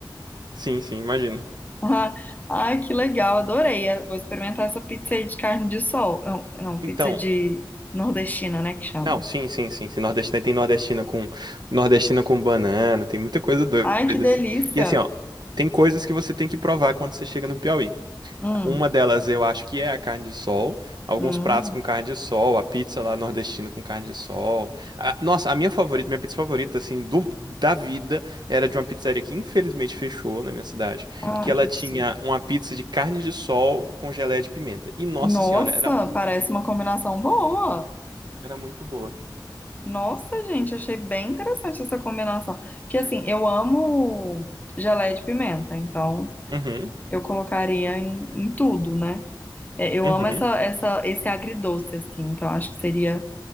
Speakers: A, on the right; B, on the left.
A: Sim, sim, imagino.
B: <laughs> Ai, que legal, adorei. Eh, Vou experimentar essa pizza aí de carne de sol. Não, não, pizza
A: Então,
B: de nordestina, né, que chama.
A: Não, sim, sim, sim. sim. Nordestina tem nordestina com nordestina com banana, tem muita coisa doida
B: Ai, que delícia.
A: assim. E assim, ó, tem coisas que você tem que provar quando você chega no Piauí.
B: Hum,
A: Uma delas eu acho que é a carne de sol, alguns
B: hum.
A: pratos com carne de sol, a pizza lá nordestina com carne de sol. A- nossa, a minha favorita, minha pizza favorita assim do- da vida era de uma pizzaria que infelizmente fechou na minha cidade,
B: Ai,
A: que ela
B: que absurdo.
A: tinha uma pizza de carne de sol com geleia de pimenta. E nossa
B: Nossa,
A: senhora, era mu-
B: parece uma combinação boa.
A: era muito boa.
B: Nossa, gente, achei bem interessante essa combinação. Porque assim, eu amo geleia de pimenta, então
A: Uhum,
B: eu colocaria em, em tudo, né? É, Eu
A: uhum.
B: amo essa, essa, esse agridoce, assim, então acho que seria,